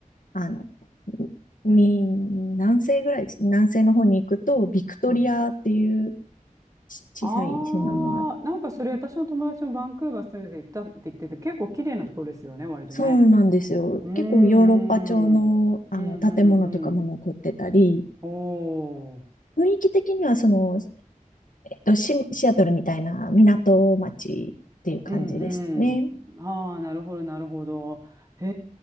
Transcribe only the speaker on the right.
はい
ああ、なんかそれ私の友達もバンクーバー住んでて行ったって言ってて、結構綺麗なところですよね、割とね。
うん、
うん、
うん、うん、うん。おー
うんうん。ああ、なるほど、なるほど。へ